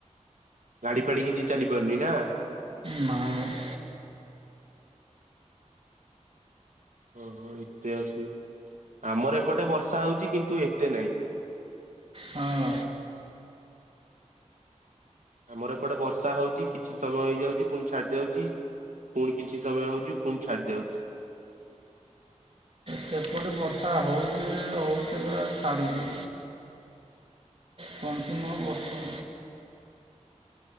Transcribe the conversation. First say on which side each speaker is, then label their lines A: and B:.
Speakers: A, on the right; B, on the right.
A: ଗାଡି ଫାଡି କିଛି ଚାଲି ପାରୁନି ନା।
B: ନାଇଁ ବା।
A: ଓ ହଁ ଇତିହାସି। ଆମର ଏପଟେ ବର୍ଷା ହଉଛି କିନ୍ତୁ ଏତେ ନାହିଁ।
B: ହଁ।
A: ଆମର ଏପଟେ ବର୍ଷା ହଉଛି, କିଛି ସମୟ ହେଇଯାଉଛି ପୁଣି ଛାଡି ଯାଉଛି। ଫୁଣି କିଛି ସମୟ ହଉଛି ପୁଣି ଛାଡିଯାଉଛି।
B: ସେପଟେ ବର୍ଷା ହଉଛି। ହଉଛି ପୁରା ଛାଡ଼ୁନି। କଣ୍ଟିନ୍ୟୁ ବର୍ଷା